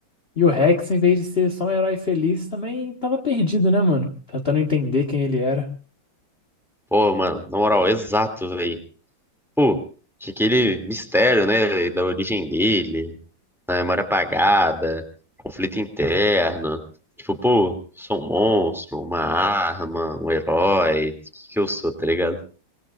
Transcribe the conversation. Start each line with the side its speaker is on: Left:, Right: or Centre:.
Left: E o Rex, em vez de ser só um herói feliz, também tava perdido, né, mano? Tentando entender quem ele era.
Centre: Pô, mano, na moral, exato, velho. Pô, tinha aquele mistério, né, véi, da origem dele, na memória apagada, conflito interno. Tipo, pô, sou um monstro, uma arma, um herói, o que que eu sou, tá ligado?